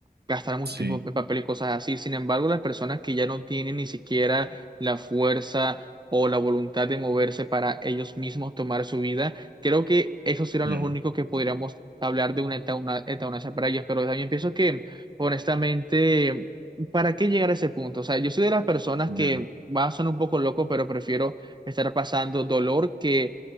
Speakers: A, on the right (about 25°); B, on the right (about 85°).
A: gastar mucho
B: sí,
A: tiempo en papel y cosas así. Sin embargo, las personas que ya no tienen ni siquiera la fuerza o la voluntad de moverse para ellos mismos tomar su vida, creo que esos serán
B: ya,
A: los únicos que podríamos hablar de una eutana- eutanasia para ellos, pero también pienso que, honestamente, ¿para qué llegar a ese punto? O sea, yo soy de las personas que
B: ya.
A: va a sonar un poco loco, pero prefiero estar pasando dolor que